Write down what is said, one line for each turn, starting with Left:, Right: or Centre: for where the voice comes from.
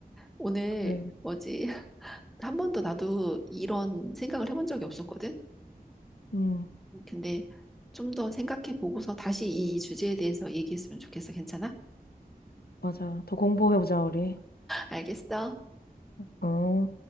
Centre: 오늘
Left: 그래.
Centre: 뭐지? <laughs> 한 번도 나도 이런 생각을 해본 적이 없었거든?
Left: 응,
Centre: 근데 좀 더 생각해 보고서 다시 이 주제에 대해서 얘기했으면 좋겠어. 괜찮아?
Left: 맞아. 더 공부해보자, 우리.
Centre: 알겠어.
Left: 어.